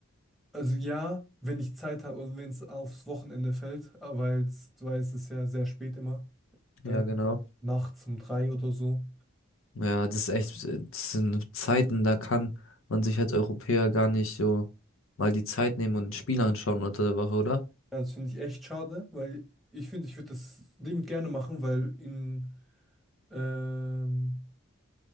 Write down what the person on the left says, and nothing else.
Ja, genau.
Ja, das ist echt, äh, das sind Zeiten, da kann man sich als Europäer gar nicht so mal die Zeit nehmen und ein Spiel anschauen unter der Woche, oder?